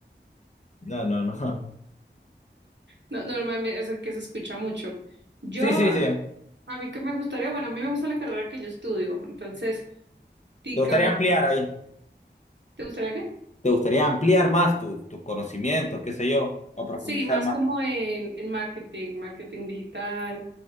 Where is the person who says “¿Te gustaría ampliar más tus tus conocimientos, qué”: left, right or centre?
Left